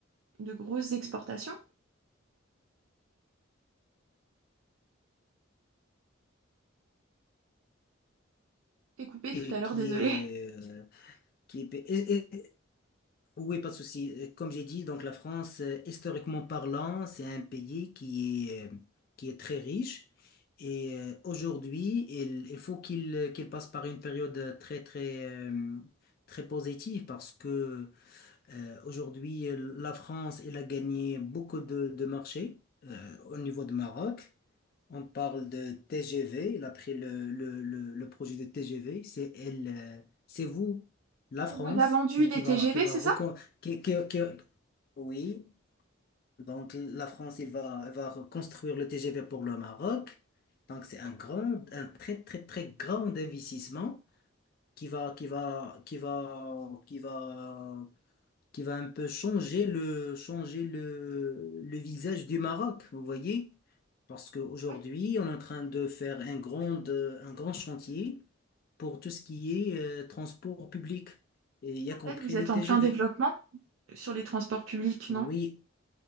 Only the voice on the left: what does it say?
et
qui
est euh, qui est et- et- oui, pas de souci. Euh, Comme j'ai dit, donc la France, euh, historiquement parlant, c'est un pays qui est euh, qui est très riche et euh, aujourd'hui, il, il faut qu'il euh, qu'il passe par une période très très euh, très positive parce que Euh, aujourd'hui, la France, elle a gagné beaucoup de, de marchés euh, au niveau de Maroc. On parle de TGV. Il a pris le, le- le- le projet de TGV. C'est elle, euh, c'est vous, la
France,
qui,
qui
va, qui va
recon-
qui- qui- qui- Oui, donc la France, il va, elle va reconstruire le TGV pour le Maroc. Donc c'est un grand, un très, très, très grand investissement qui va, qui va, qui va, qui va qui va un peu changer le, changer le, le visage du Maroc, vous voyez? Parce qu'aujourd'hui,
on est en train de faire un grand, euh, un grand chantier pour tout ce qui est euh, transport public, et y
a compris
le
TGV.
Oui,